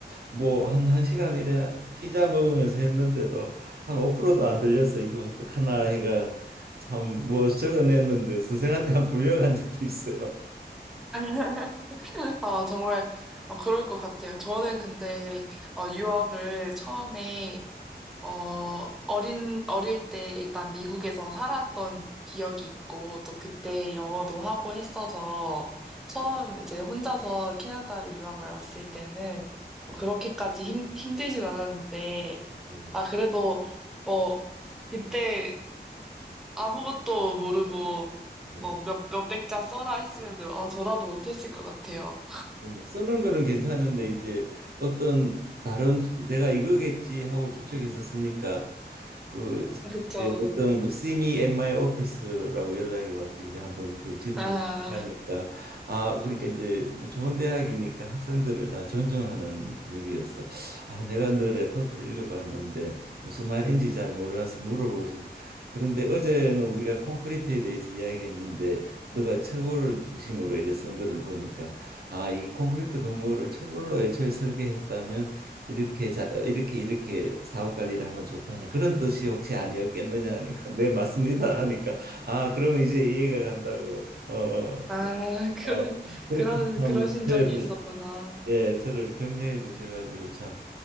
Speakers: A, on the right; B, in the centre.
A: 뭐 한 한시간이래 피자 먹으면서 했는데도 한 5%도 안 들려서 이거 어떡하나 해가 참 뭐 적어냈는데 선생한테 한 불려간 적도 있어요.
B: <laughs> 아, 정말, 어, 그럴 것 같아요. 저는 근데, 어, 유학을 처음에 어, 어린, 어릴 때 일단 미국에서 살았던 기억이 있고, 또 그때 영어도 하고 했어서, 처음
A: 네.
B: 이제 혼자서 캐나다로 유학을 왔을 때는, 뭐
A: 아,
B: 그렇게까지 힘, 힘들진 않았는데,
A: 네.
B: 아, 그래도, 뭐, 그때 아무것도 모르고,
A: 네.
B: 뭐, 몇, 몇백 자 써라 했으면, 은 아, 저라도 못했을 것 같아요.
A: 음, 쓰는 거는 괜찮은데 이제 어떤 다른 내가 이거겠지 하고 추측해서 쓰니까 그
B: 아, 그쵸.
A: 이제 어떤 See me at my office라고 연락이 왔길래 한번 그 지도를
B: 아,
A: 하니까 아 그러니까 이제 뭐 좋은 대학이니까 학생들을 다 존중하는 분위기여서 아 내가 너 레포트를 읽어봤는데 무슨 말인지 잘 몰라서 물어보고 싶어 그런데 어제는 우리가 콘크리트에 대해서 이야기했는데 너가 철골을 중심으로 이래 쓴 거를 보니까 아 이 콘크리트 건물을 철골로 애초에 설계했다면 이렇게 자, 어, 이렇게 이렇게 사업 관리를 하면 좋다는 그런 뜻이 혹시 아니었겠느냐 하니까 네 맞습니다 하니까 아 그러면 이제 이해가 간다고 어,
B: 아, <laughs> 그,
A: 어 그렇게
B: 그런,
A: 참
B: 그러신
A: 저를
B: 적이 있었구나.
A: 예 저를 격려해 주셔가지고 참